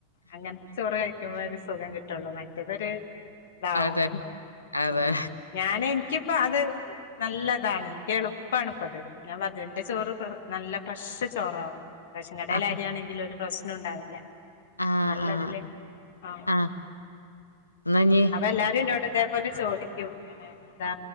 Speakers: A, on the left (about 55°); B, on the left (about 80°).
A: അങ്ങനത്തെ ചോറ് കഴി ക്കുമ്പ ഒരു സുഖം കിട്ടുള്ളൂ മറ്റേതൊരു ഇതാവും
B: അതെ അതെ
A: ഉം ഉ ഞൻ നിക്കിപ്പോ അത് നല്ലതാണ് എനിക്ക എളു പ്പണിപ്പത്. ഞാൻ പറഞ്ഞ എന്റെ ചോറ് നല്ല ഫ്രഷ് ചോറാവും റേഷൻ കടൽ
B: ആഹ്
A: ആരിയാണെങ്കിൽ ഒരു പ്രശ്നം ഉണ്ടാവില്ല
B: ആഹ്
A: നല്ലതില്ലേ
B: ആഹ്
A: ആ
B: ആഹ് എന്നാ ഇഞ്ഞ്
A: അപ്പ എല്ലാരും എന്നോട് തേപോലെ ചോദിക്കും അങ്ങനെ എന്താ